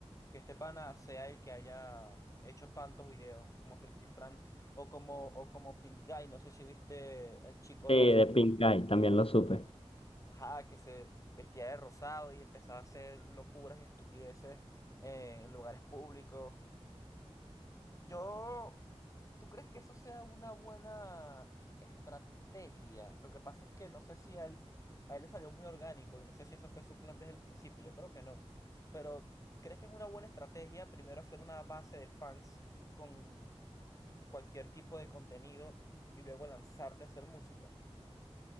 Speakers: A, on the left (about 30°); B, on the left (about 60°).
A: que este pana sea el que haya hecho tantos videos como Frictifran o como, o como Pink Guy, no sé si viste El Chico Rosa.
B: Sí, de Pink Eye, también lo supe.
A: Ajá, que se vestía de rosado y empezaba a hacer locuras y estupideces eh, en lugares públicos. Yo, ¿tú crees que eso sea una buena estrategia? Lo que pasa es que no sé si a él, a él le salió muy orgánico y no sé si eso fue su plan desde el principio. Yo creo que no. Pero, ¿crees que es una buena estrategia primero hacer una base de fans con cualquier tipo de contenido y luego lanzarte a hacer música?